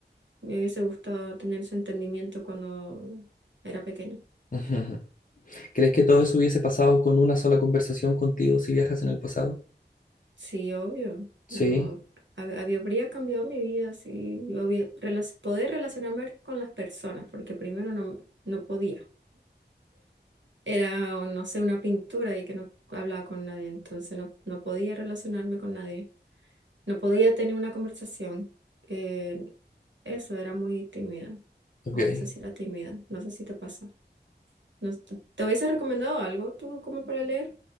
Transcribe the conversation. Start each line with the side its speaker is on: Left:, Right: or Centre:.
Right: Me hubiese gustado tener ese entendimiento cuando era pequeña.
Left: Ujú. ¿Crees que todo eso hubiese pasado con una sola conversación contigo si viajas en el pasado?
Right: Sí, obvio. No,
Left: Sí,
Right: hab- hab- habría cambiado mi vida si yo hubiera- relac- poder relacionarme con las personas, porque primero no, no podía. Era, o no sé, una pintura y que no hablaba con nadie, entonces no, no podía relacionarme con nadie. No podía tener una conversación. eh, eso era muy tímida.
Left: ok.
Right: O no sé si era tímida, no sé si te pasa. No, ¿te te hubiese recomendado algo tú como para leer?